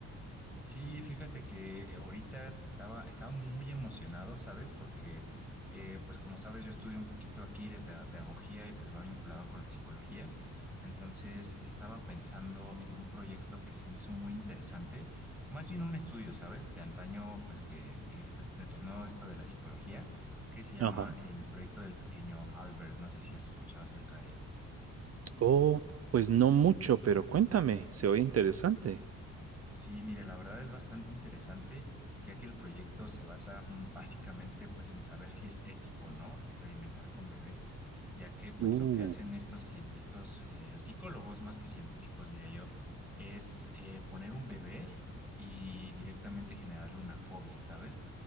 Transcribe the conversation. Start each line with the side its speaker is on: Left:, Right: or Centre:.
Centre: Sí, fíjate que eh, ahorita estaba, estaba muy emocionado, ¿sabes? Porque, eh, pues como sabes, yo estudio un poquito aquí de pedagogía y pues va vinculado con la psicología. Entonces, estaba pensando en un proyecto que se me hizo muy interesante, más bien un estudio, ¿sabes? De antaño, pues que, que pues detonó esto de la psicología, que se llama
Right: Ajá.
Centre: el proyecto del pequeño Albert. No sé si has escuchado acerca de él.
Right: Oh, pues no mucho, pero cuéntame, se oye interesante.
Centre: Sí, mire, la verdad es bastante interesante, ya que el proyecto se basa mm, básicamente pues en saber si es ético o no experimentar con bebés, ya que pues
Right: Uh,
Centre: lo que hacen estos, cien- estos eh, psicólogos, más que científicos diría yo, es eh, poner un bebé y directamente generarle una fobia, ¿sabes?